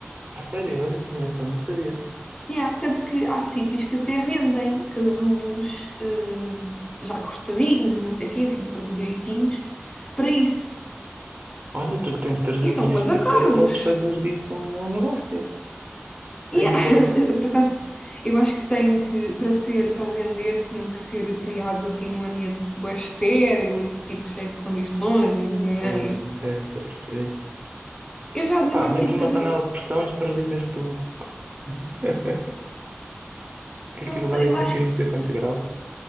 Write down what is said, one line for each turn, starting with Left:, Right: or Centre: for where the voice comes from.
Right: A sério, olha que engraçado, não sabia.
Left: Yeah, tanto que há sítios que até vendem casulos hum, já cortadinhos e não sei o quê, assim, todos direitinhos, para isso.
Right: Olha, tu que tens 300
Left: E são
Right: bichos
Left: bué da
Right: da
Left: caros.
Right: cera, podes fazer disso um negócio. Aí,
Left: Yeah. <laughs>
Right: pô.
Left: Por acaso, eu acho que tem que, para ser, para vender, tinham que ser criados assim num ambiente bué estéril e tipo cheio de condições. e, nhã,
Right: Hum,
Left: isso.
Right: ok, estou a perceber.
Left: Eu já demoro
Right: Opa, metes
Left: tipo
Right: numa
Left: cada.
Right: panela de pressão e esterilizas tu. <laughs> Que
Left: Não
Right: aquilo
Left: sei,
Right: vai a
Left: eu acho
Right: sentir
Left: que.
Right: não sei quantos graus.